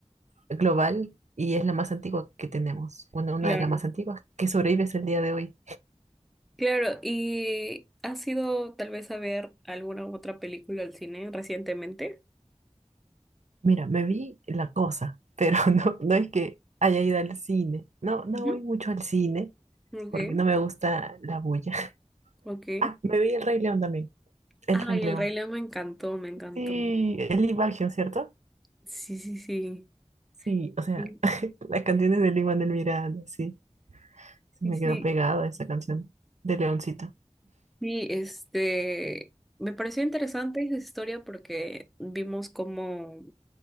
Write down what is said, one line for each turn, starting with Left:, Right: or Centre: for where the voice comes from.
Right: global y es la más antigua que tenemos. Bueno, una
Centre: claro.
Right: de las más antiguas que sobrevive hasta el día de hoy.
Centre: Claro, ¿y has ido tal vez a ver alguna otra película al cine recientemente?
Right: Mira, me vi La Cosa, pero <laughs> no, no es que haya ido al cine. No, no
Centre: Ujú.
Right: voy mucho al cine
Centre: Ok,
Right: porque no me gusta la bulla. <laughs>
Centre: ok.
Right: Ah, me vi El Rey León también. El
Centre: Ay,
Right: Rey León.
Centre: El Rey León me encantó, me encantó.
Right: Sí, el Baggio, ¿cierto?
Centre: Sí, sí, sí.
Right: Sí, o sea,
Centre: Sí,
Right: <laughs> las canciones de Lin Manuel Miranda, sí. Se
Centre: sí,
Right: me
Centre: sí.
Right: quedó pegada esa canción de Leoncito.
Centre: Sí, este, me pareció interesante esa historia porque vimos cómo,